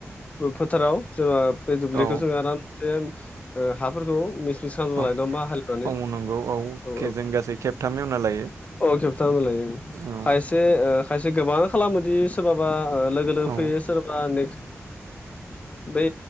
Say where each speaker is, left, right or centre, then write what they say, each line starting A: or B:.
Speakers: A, on the left; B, on the right.
A: फोथाराव जेनेबा बै दुब्लिखौ
B: औ
A: जोङो आराम जेन ओ हाफोरखौ बि सानजा
B: औ
A: लायदों होमबा हालेवनानै
B: औ नंगौ
A: औ
B: जों गासै खेबथाम एवना लायो
A: औ अ खेबथामलाय
B: औ
A: खायस से खायसे गोबाङानो खालामोदि सोराबा लोगो लोगो
B: औ
A: फैयो सोर बा नेक्स बै